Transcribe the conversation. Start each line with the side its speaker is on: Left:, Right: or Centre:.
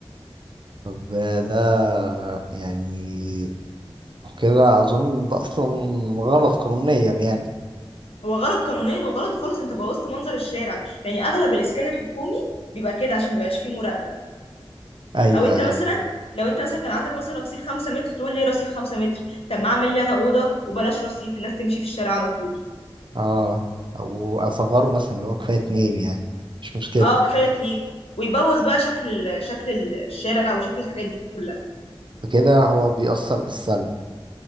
Right: طب آه، ده يعني وكده اظن ده اصلا غلط قانونيا يعني
Left: هو غلط قانونيا وغلط خالص انت بوظت منظر الشارع يعني اغلب الاسكان الحكومي بيبقى كده عشان مبيبقاش فيه مراقبة
Right: ايوه
Left: او انت
Right: ايوه
Left: مثلا لو انت مثلا كان عندك مثلا رصيف خمسة متر تقول ليه رصيف خمسة متر طب ما اعمل لي انا أوضة وبلاش رصيف الناس تمشي في الشارع على طول
Right: اه او اصغره مثلا اللي هو كفايه اتنين يعني مش مشكله
Left: اه كفاية اتنين ويبوظ بقى شكل ال- شكل الشارع وشكل الحاجات دي كلها
Right: فكده هو بيأثر بالسلب